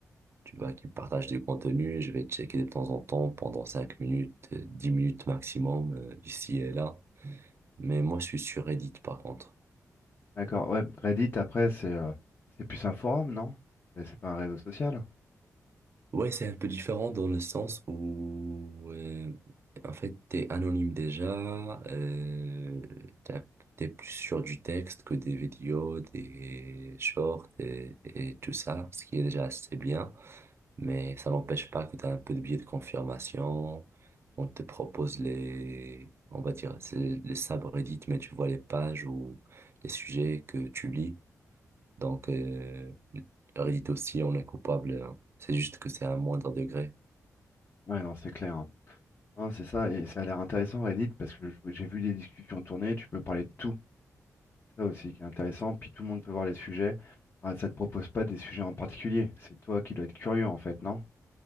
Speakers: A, on the right; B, on the left.
A: tu vois, qui partagent du contenu. Je vais checker de temps en temps pendant 5 minutes, euh, 10 minutes maximum, euh, ici et là. Mais moi, je suis sur Reddit, par contre.
B: D'accord. Ouais, Reddit, après, c'est euh, c'est plus un forum, non? C'est c'est pas un réseau social?
A: Ouais, c'est un peu différent dans le sens où, euh, en fait, t'es anonyme déjà, euh, t'as- t'es plus sur du texte que des vidéos, des shorts et, et tout ça, ce qui est déjà assez bien, mais ça n'empêche pas que t'as un peu de biais de confirmation, on te propose les, on va dire, c'est les subreddits, mais tu vois les pages ou les sujets que tu lis. Donc, euh, Reddit aussi, on est coupable. hein. C'est juste que c'est à un moindre degré.
B: Ouais, non, c'est clair. Hein, c'est ça, et ça a l'air intéressant Reddit parce que je- j'ai vu des discussions tourner, tu peux parler de tout. C'est ça aussi qui est intéressant, puis tout le monde peut voir les sujets. Ah, ça te propose pas des sujets en particulier, c'est toi qui dois être curieux en fait, non?